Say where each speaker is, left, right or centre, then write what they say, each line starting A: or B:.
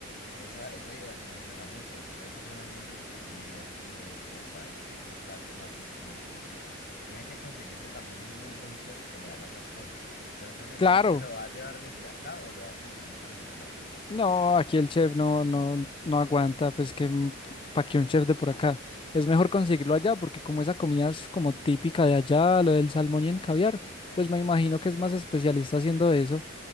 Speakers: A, on the left; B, on the left.
A: Esa, esa idea sí me suena mucho, eso suena muy rico y eso sí es, opa, eso sí es un plato más bien como exquisito. Tiene que conseguirse también un muy buen chef que le haga esas cosas, pero entonces el
B: Claro,
A: chef se lo va a llevar desde acá o lo va a conseguir también allá.
B: No, aquí el chef no, no, no aguanta, pues que para que un chef de por acá. Es mejor conseguirlo allá, porque como esa comida es como típica de allá, lo del salmón y el caviar,
A: Sí, claro.
B: pues me imagino que es más especialista haciendo eso.